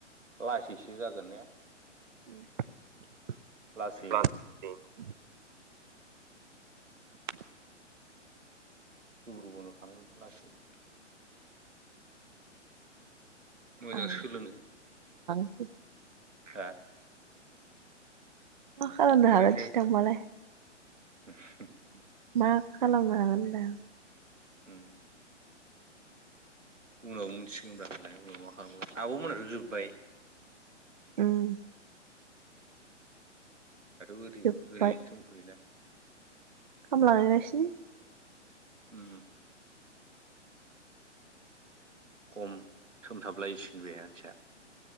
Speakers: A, on the right; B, on the right.
A: लासैसो जागोन ने?
B: <unintelligible>
A: लासैनो
B: <inaudible>
A: गुबुन गुबुननाव थांदों लासैनो। मोजां
B: ओं
A: सोलोङो
B: <unintelligible>
A: हा
B: मा खालामनो
A: खोनायासै
B: हागोनसै थांबालाय?
A: <unintelligible>
B: मा खालामनो हागोन‌ हानदां?
A: उम उनाव मोनथिगोनब्ला उनाव मा खालामगोन आब' मोनहाथ' जोब्बाय।
B: उम
A: दाथ' ओरै-ओरैनोसो
B: जोब्बाय
A: दंथयोना।
B: खामला गायगासिनो।
A: उम खम सोमथाबलायसिगोन बे मानसिया।